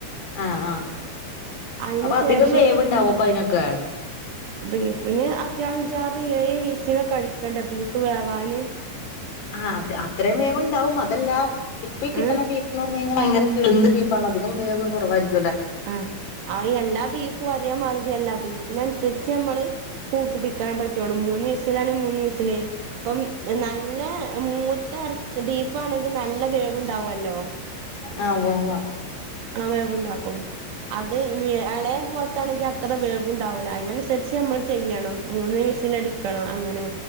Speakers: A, on the left; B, on the right.
A: ആ ആ
B: അയിന്
A: അപ്പൊ അധികം
B: ശേഷം
A: വേവ്ണ്ടാവോ പ്പയ്നൊക്കെ
B: ബീഫിന് അത്യാഞ്ചാറ്ഏഴ് വിസിലൊക്കടിക്കണ്ട ബീഫ് വേവാന്
A: ആ അത് അത്രയും വേവ്ണ്ടാവും അതല്ല ഇപ്പോ ഈ കിട്ട്ണ
B: ഏഹ്
A: ബീഫ് എന്ന് പർഞ്ഞ് കഴിഞ്ഞാൽ ഭയങ്കര കിളന്ന് ബീഫാണ് അധികം വേവ് കൊറവായിരിക്കും
B: ആ അഅ് എല്ലാ ബീഫു ഒരേമാതിരി യല്ലാ ബീഫിനനുസരിച്ച് നമ്മള് കൂക്കിപ്പിക്കാൻ പറ്റുള്ളൂ മൂന്ന് വിസിലാണേ മൂന്ന് വിസില് പ്പം നല്ല മൂത്ത എർച്ചി ബീഫാണെങ്കി നല്ല വേവ് ണ്ടാവോല്ലോ
A: ആ ഉവ്വ വ്വ
B: ആ വേവ്ണ്ടാ ക്കും അത് വി എളയെ പോലത്താണെങ്കി അത്ര വേവ്ണ്ടാവൂല്ല അയ്നൻസരിച്ച് നമ്മൾ ചെയ്യണം മൂന്ന് വിസിലടിക്കണം അങ്ങനെ